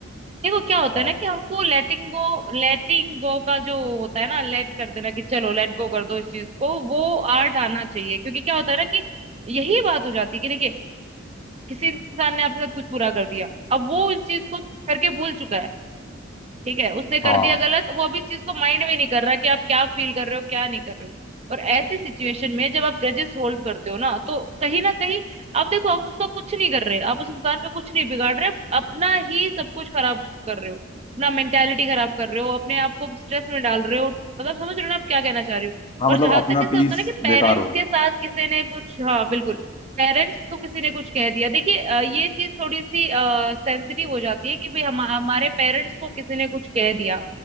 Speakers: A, on the right (about 30°); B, on the left (about 25°).
A: देखो क्या होता
B: हाँ
A: है ना कि हमको लेटिंग गो लेटिंग गो का जो होता है ना लेट कर देना कि चलो लेट गो कर दो इस चीज को वो आर्ट आना चाहिए क्योंकि क्या होता है ना कि यही बात हो जाती है कि देखिए किसी इंसान ने आपके साथ कुछ बुरा कर दिया अब वो इस चीज को करके भूल चुका है ठीक है उसने कर
B: हाँ
A: दिया गलत वो अब इस चीज को माइंड में नहीं कर रहा कि आप क्या फील कर रहे हो क्या नहीं कर रहे हो और ऐसी सिचुएशन में जब आप ग्रजेस होल्ड करते हो ना तो कहीं ना कहीं आप देखो आप उसका कुछ नहीं कर रहे आप उस इंसान का कुछ नहीं बिगाड़ रहे आप अपना ही सब कुछ खराब कर रहे हो अपना मेंटेलिटी खराब कर रहे हो अपने आप को स्ट्रेस में डाल रहे हो मतलब समझ रहे हो ना आप क्या कहना चाह रही हो
B: हाँ
A: और
B: मतलब
A: जहां
B: अपना
A: तक ऐसा
B: पीस
A: होता है ना कि पेरेंट्स
B: बेकार हो रहा
A: के
B: है
A: साथ किसी ने कुछ हाँ बिल्कुल पेरेंट्स को किसी ने कुछ कह दिया देखिए अ, ये चीज थोड़ी सी सेंसिटिव हो जाती है कि भाई हम हमारे पेरेंट्स को किसी ने कुछ कह दिया